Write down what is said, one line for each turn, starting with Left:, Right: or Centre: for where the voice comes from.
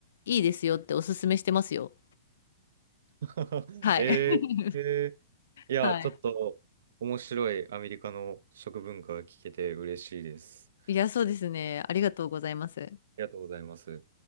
Left: いいですよっておすすめしてますよ。
Right: <laughs>
Left: はい。
Right: えー、
Left: <laughs>
Right: えーいや、
Left: はい。
Right: ちょっと面白いアメリカの食文化が聞けて嬉しいです。
Left: いや、そうですね。ありがとうございます。
Right: ありがとうございます。